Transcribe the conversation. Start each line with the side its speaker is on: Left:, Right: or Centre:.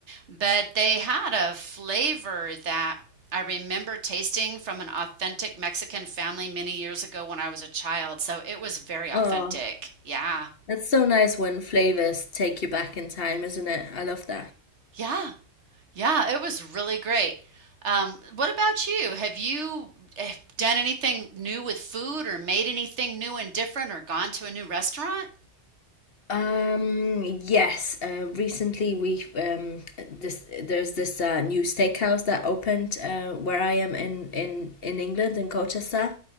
Right: but they had a flavor that I remember tasting from an authentic Mexican family many years ago when I was a child. So it was very authentic.
Left: Oh,
Right: Yeah.
Left: that's so nice when flavors take you back in time, isn't it? I love that.
Right: Yeah. Yeah. It was really great. Um, what about you? Have you eh, done anything new with food or made anything new and different or gone to a new restaurant?
Left: Um, yes. Uh, recently, we um, this there's this uh, new steakhouse that opened uh, where I am in in in England in Colchester,